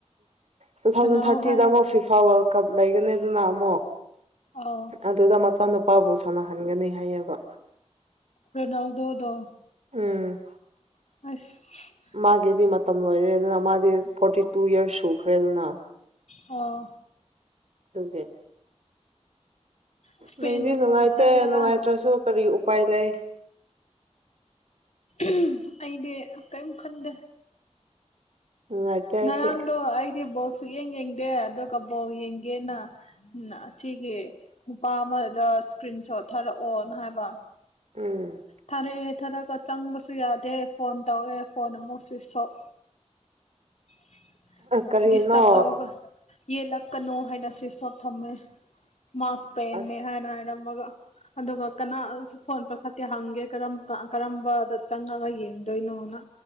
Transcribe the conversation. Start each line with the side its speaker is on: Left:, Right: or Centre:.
Right: ꯇꯨ
Left: ꯁꯥꯟꯅꯧ
Right: ꯊꯥꯎꯖꯟ ꯊꯥꯔꯇꯤꯗ
Left: ꯍꯥꯏꯌꯣ
Right: ꯑꯃꯨꯛ ꯐꯤ ꯐꯤꯐꯥ ꯋꯥꯔꯗ ꯀꯞ ꯂꯩꯒꯅꯤ ꯑꯗꯨꯗ ꯑꯃꯨꯛ
Left: ꯑꯥꯎ
Right: ꯑꯗꯨꯗ ꯃꯆꯥꯅꯨꯄꯥꯕꯨ ꯁꯥꯟꯅꯍꯟꯒꯅꯤ ꯍꯥꯏꯌꯦꯕ
Left: ꯔ‌ꯣꯅꯜꯗꯣꯗꯣ
Right: ꯎꯝ
Left: ꯍꯥꯏꯁ
Right: ꯃꯥꯒꯤꯗꯤ ꯃꯇꯝ ꯂꯣꯏꯔꯦ ꯑꯗꯨꯅ ꯃꯥꯗꯤ ꯐꯣꯔꯇꯤ ꯇꯨ ꯏꯌꯔꯁ ꯁꯨꯈ꯭ꯔꯦꯗꯅ
Left: ꯑꯣ
Right: <unintelligible>
Left: ꯏꯁꯄꯦꯟꯅ
Right: ꯅꯨꯡꯗꯤ ꯅꯨꯡꯉꯥꯏꯇꯦ
Left: ꯉꯝꯈ꯭ꯔꯦ ꯉꯔꯥꯡ
Right: ꯅꯨꯡꯉꯥꯏꯇ꯭ꯔꯁꯨ ꯀꯔꯤ ꯎꯄꯥꯏ ꯂꯩ
Left: ꯎꯝ ꯑꯩꯗꯤ ꯀꯔꯤꯝ ꯈꯟꯗꯦ
Right: ꯅꯨꯡꯉꯥꯏꯇ꯭ꯔꯗꯤ
Left: ꯉꯔꯥꯡꯗꯣ ꯑꯩꯗꯤ ꯕꯣꯜ ꯁꯨꯛꯌꯦꯡ ꯌꯦꯡꯗꯦ ꯑꯗꯨꯒ ꯕꯣꯜ ꯌꯦꯡꯒꯦꯅ ꯎ ꯑꯁꯤꯒꯤ ꯅꯨꯄꯥ ꯑꯃꯗꯨꯗ ꯏꯁꯀ꯭ꯔꯤꯟ ꯁꯣꯠ ꯊꯥꯔꯛꯑꯣꯅ ꯍꯥꯏꯕ꯫
Right: ꯎꯝ
Left: ꯊꯥꯔꯛꯑꯦ ꯊꯥꯔꯛꯒ ꯆꯪꯕꯁꯨ ꯌꯥꯗꯦ ꯐꯣꯟ ꯇꯧꯑꯦ ꯐꯣꯟ ꯑꯃꯨꯛ ꯁꯨꯋꯤꯠꯁ ꯑ‌ꯣꯞ <unintelligible>
Right: ꯀꯔꯤꯅꯣ
Left: ꯗꯤꯁꯇꯞ ꯇꯧꯕ ꯌꯦꯜꯂꯛꯀꯅꯨ ꯍꯥꯏꯅ ꯁ꯭ꯋꯁꯣꯞ ꯊꯝꯃꯦ ꯃꯥ ꯏꯁꯄꯦꯟꯅꯦ
Right: ꯑꯁ
Left: ꯍꯥꯏꯅ ꯍꯥꯏꯔꯝꯃꯒ ꯑꯗꯨꯒ ꯀꯅꯥꯁꯨ ꯐꯣꯟ ꯄꯏꯈꯛꯇꯤ ꯍꯪꯒꯦ ꯀꯔꯝꯀꯥ ꯀꯔꯝꯕꯗ ꯆꯪꯉꯒ ꯌꯦꯡꯗꯣꯏꯅꯣꯅ